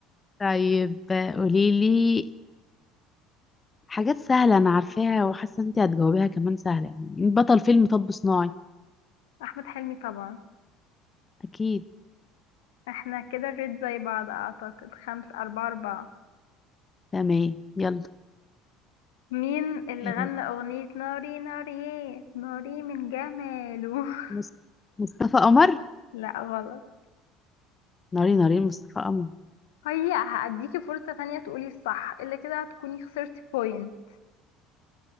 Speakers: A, on the left (about 20°); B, on the left (about 70°).
A: طيب آه، قوليلي حاجات سهلة أنا عارفاها وحاسة إن أنت هتجاوبيها كمان سهلة يعني بطل فيلم طب صناعي
B: أحمد حلمي طبعا
A: أكيد
B: احنا كده الريت زي بعض أعتقد خمس أربعة أربعة
A: تمام يلا
B: مين اللي
A: آه،
B: غنى أغنية ناري ناري ناري من جماله <laughs>
A: مص- مصطفى قمر
B: لا غلط
A: ناري نارين مصطفى قمر
B: هي هأديكي فرصة تانية تقولي الصح إلا كده هتكوني خسرتي بوينت